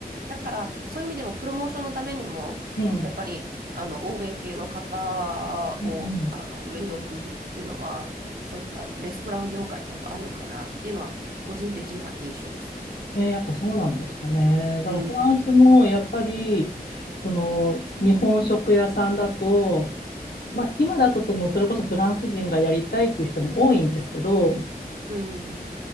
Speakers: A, on the right; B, on the left.
A: だからそういう意味でもプロモーションのためにも、
B: うん。うん
A: やっぱりあの欧米系の方をあの上に置くっていうのは、
B: うん。
A: そういったレストラン業界はやっぱあるのかなっていうのは個人的な印象ですね。
B: ね、やっぱそうなんですかね。だからフランスもやっぱり、
A: うん、
B: その、日本食屋さんだと、まあ今だとその、それこそフランス人がやりたいっていう人も多いんですけど、
A: うん、うん、